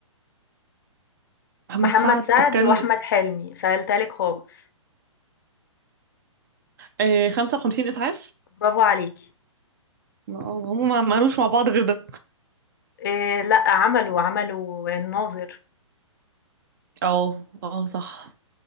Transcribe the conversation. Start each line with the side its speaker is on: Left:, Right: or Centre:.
Right: محمد
Left: محمد
Right: سعد
Left: سعد
Right: طب كان
Left: وأحمد حلمي، سهلتها لِك خالص،
Right: آه... 55 إسعاف
Left: برافو عليكِ.
Right: ما- هم ما عملوش مع بعض غير ده
Left: آآ لأ عملوا، عملوا الناظر،
Right: اه اه صح